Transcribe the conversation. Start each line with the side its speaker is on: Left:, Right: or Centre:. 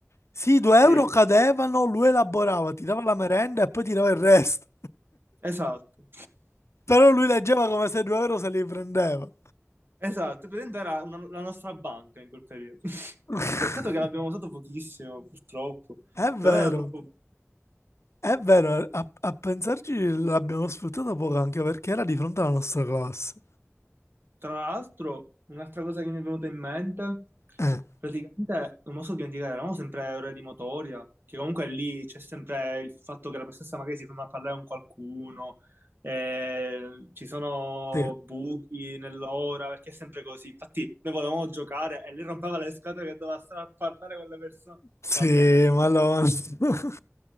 Left: Sì, i due
Right: Sì,
Left: euro cadevano, lui elaborava, ti dava la merenda e poi ti dava il resto.
Right: esatto.
Left: Però lui leggeva come se i due euro se li prendeva.
Right: Esatto, praticamente era una- la nostra banca in quel periodo. <laughs>
Left: <laughs>
Right: Peccato che l'abbiamo usato pochissimo, purtroppo.
Left: È vero,
Right: Però era troppo...
Left: è vero, a, a pensarci l'abbiamo sfruttata poco anche perché era di fronte alla nostra classe.
Right: Tra l'altro, un'altra cosa che mi è venuta in mente,
Left: Eh,
Right: praticamente non posso dimenticare, eravamo sempre ore di motoria, che comunque lì c'è sempre il fatto che la professoressa magari si ferma a parlare con qualcuno, eh, ci sono
Left: sì,
Right: buchi nell'ora, perché è sempre così. Infatti noi volevamo giocare e lei rompeva le scatole che doveva stare a parlare con le persone.
Left: sì,
Right: Vabbè, lasciamo
Left: ma
Right: perdere.
Left: lo... <laughs>